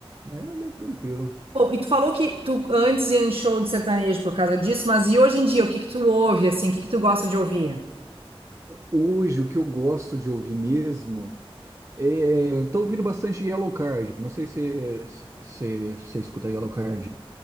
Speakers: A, on the right; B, on the right.
A: É bem tranquilo.
B: Bom, e tu falou que tu antes ia em show de sertanejo por causa disso, mas e hoje em dia, o que que tu ouve, assim, o que que tu gosta de ouvir?
A: Hoje, o que eu gosto de ouvir mesmo é. Tô ouvindo bastante Yellow Card. Não sei se você se, se escuta Yellow Card.